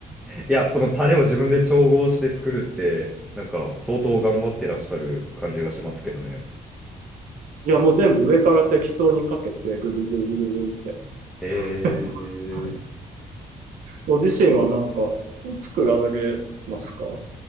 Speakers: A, in the centre; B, on the right.
A: いや、そのタレを自分で調合して作るって、なんか相当頑張ってらっしゃる感じがしますけどね。
B: いや、もう全部上から適当にかけて、ぐぐぐぐぐぐって。
A: えー、
B: <laughs> はい。ご自身はなんか作られますか